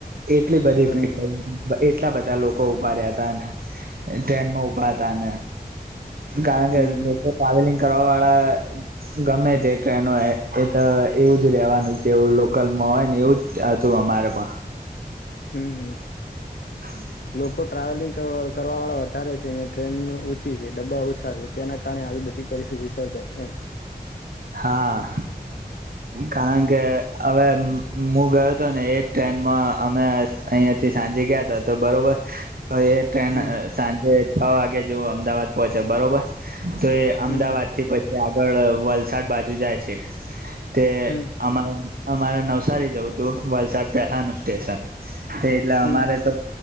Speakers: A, on the right (about 65°); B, on the left (about 80°).
A: એટલી બધી
B: બરાબર
A: ભીડ કેટલા બધા લોકો ઉભા રહ્યા હતા ટ્રેન માં ઉભા હતા ને કારણ
B: હમ
A: કે લોકો ટ્રાવેલિંગ કર્રવાળા ગમે તે ટ્રેનો એ એ તો એવું જ રેવાનું જેવું લોકલમાં હોય ને એવું જ હતું અમારે પણ
B: હમ હમ
A: હમ
B: કો ટ્રાવેલિંગ કરવા વાળા વધારે છે ને ટ્રેન ઓછી છે ડબ્બા ઓછા છે તેના કારણે આવી બધી પરિસ્થિતિ સર્જાય એમ.
A: હા કારણ કે અવે મુ ગયો હતો ને એજ ટ્રેનમાં અમે અહિયાંયાથી સાંજે ગયા તા તો બરોબર તો એ ટ્રેન
B: હમ
A: સાંજે છ વાગે જેવો અમદાવાદ પહોચે બરોબર તો એ અમદાવાદ
B: હમ
A: થી પછી આગળ વલ સાડ બાજુ જાય છે. તે
B: હમ
A: અમાં એમ અમારે નવસારી જવું તું વલસાડ પહેલાનું સ્ટેશન એટલે અમારે
B: હમ
A: તો